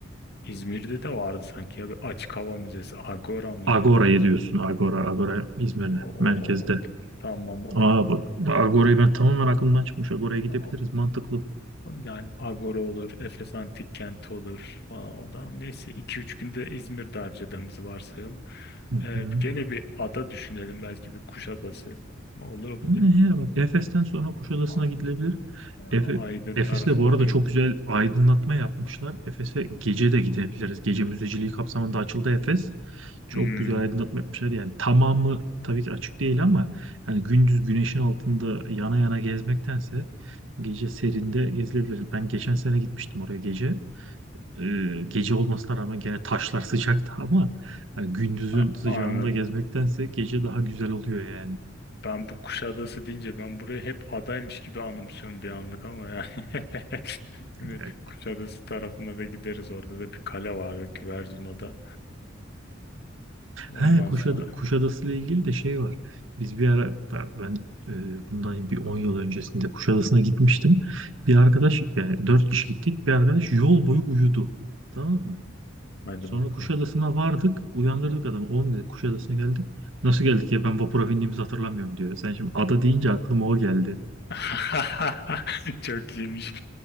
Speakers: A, on the left; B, on the right.
A: İzmir'de de vardı sanki ya bir açık hava müzesi. Agora mıydı?
B: Agora'yı diyorsun. Agora, Agora İzmir'de,
A: O, o,
B: merkezde.
A: o, o- tamam o.
B: Aa
A: o-
B: bak, Agora'yı ben tamamen aklımdan çıkmış. Agora'ya gidebiliriz,
A: Ya,
B: mantıklı.
A: yani Agora olur, Efes Antik Kenti olur falan. O da neyse 2 üç günde İzmir'de harcadığımızı varsayalım.
B: Hı hı.
A: Ee, gene bir ada düşünelim. Belki bir Kuşadası. Olur bilir
B: Ne
A: mi?
B: ya bak, Efes'ten sonra Kuşadası'na
A: Aa,
B: gidilebilir. Efe,
A: Aydın
B: Efes'te
A: tarafına
B: bu arada
A: da gidelim.
B: çok güzel aydınlatma yapmışlar. Efes'e gece de gidebiliriz. Gece müzeciliği kapsamında açıldı Efes. Çok
A: Hmm,
B: güzel aydınlatma yapmışlar. Yani tamamı tabii ki açık değil ama yani gündüz güneşin altında yana yana gezmektense gece serinde gezilebilir. Ben geçen sene gitmiştim oraya gece. Ee, gece olmasına rağmen gene taşlar <laughs> sıcaktı ama yani gündüzün
A: a-
B: sıcağında
A: anladım.
B: gezmektense gece daha güzel oluyor yani.
A: Ben bu Kuşadası deyince ben burayı hep adaymış gibi anımsıyorum bir anlık ama yani. <laughs> Hani
B: Ya
A: Kuşadası tarafına da gideriz. Orada da bir kale var. Güvercin Ada. Ondan
B: He, Kuşad
A: sonra
B: Kuşadası ile ilgili de şey var. Biz bir ara ben ben, e, bundan bir 10 yıl öncesinde Kuşadası'na gitmiştim. Bir arkadaş yani 4 kişi gittik. Bir arkadaş yol boyu uyudu. Tamam mı?
A: hadi
B: Sonra
A: bakalım.
B: Kuşadası'na vardık. Uyandırdık adamı. Oğlum dedi Kuşadası'na geldik. Nasıl geldik ya ben vapura bindiğimizi hatırlamıyorum diyor. Sen şimdi ada deyince aklıma o geldi.
A: <laughs> Çok iyiymiş.